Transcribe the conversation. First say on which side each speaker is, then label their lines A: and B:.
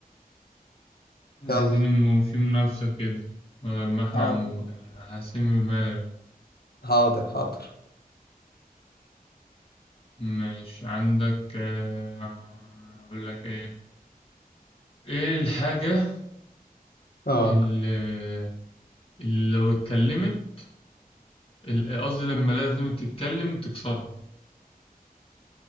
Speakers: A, on the left; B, on the left.
A: عايزين
B: يلا
A: م- في منافسة كده بدل ما احنا
B: حاضر
A: عم- حاسين بملل
B: حاضر حاضر
A: ماشي عندك آه، أقول لك إيه إيه الحاجة
B: اه
A: ال- اللي لو اتكلمت ال- قصدي لما لازم تتكلم تكسرها